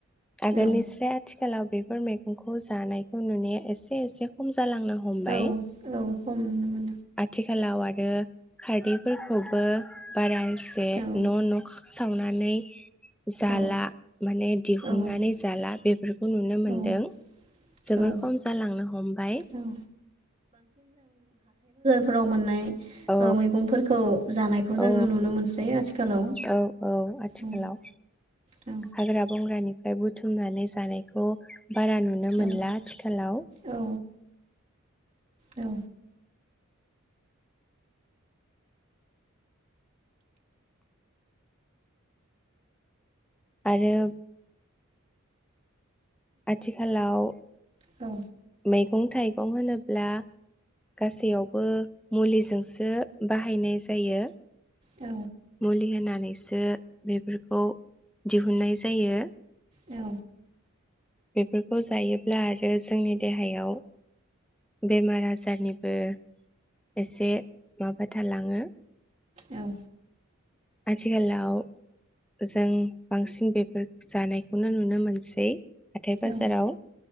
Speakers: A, in the centre; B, on the right.
A: आगोलनि
B: औ
A: स्राय आथि खालाव बेफोर मैगंखौ जानायखौ नुनाया एसे एसे खम जालांनो हमबाय
B: औ औ खम नुनो
A: आथिखालाव आरो खारदैफोरखौबो बारा जे
B: मोनदों
A: न' न'ख सावनानै जाला
B: औ
A: माने दिहुननानै
B: औ
A: जाला बे खौ नुनो मोनदों
B: औ
A: जोबोर
B: औ
A: खम जालांनो हमबाय।
B: औ फोराव मोननाय
A: औ
B: ओ मैगंफोरखौ जानायखौ जोङो
A: औ
B: नुनो मोनसै आथिखालाव
A: औ औ आथिखालाव
B: औ औ
A: हाग्रा बंग्रानि फ्राय बुथुमनानै जानायखौ बारा नुनो
B: औ
A: मोनला आथिखालाव।
B: औ औ।
A: आरो आथिखालाव
B: औ।
A: मैगं थाइगं होनोब्ला गासैयावबो मुलि जोंसो बाहायनाय जायो।
B: औ।
A: मुलि होनानैसो बेफोरखौ दिहुननाय जायो।
B: औ
A: बेफोरखौ जायोब्ला आरो जोंनि देहायाव बेमार आजारनिबो एसे माबा थालाङो
B: औ
A: आथिखालाव जों बांसिन बेफोर जानायखौनो नुनो मोनसै हाथाय बाजाराव
B: औ